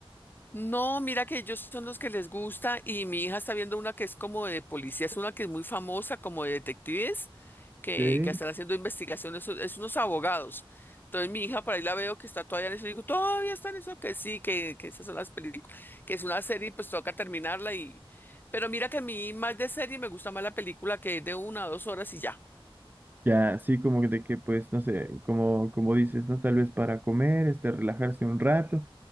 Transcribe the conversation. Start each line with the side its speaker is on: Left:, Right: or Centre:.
Left: No, mira que ellos son los que les gusta y mi hija está viendo una que es como de policía, es una que es muy famosa como de detectives que,
Right: Sí.
Left: que están haciendo investigaciones, son- es unos abogados. Entonces mi hija para ahí la veo que está todavía en eso y digo, todavía está en eso, que sí, que, que esas son las películas, que es una serie y pues toca terminarla y... Pero mira que a mí más de serie me gusta más la película que es de una o dos horas y ya.
Right: Ya, así como que de que, pues, no sé, como, como dices, ¿no? Tal vez para comer, este, relajarse un rato,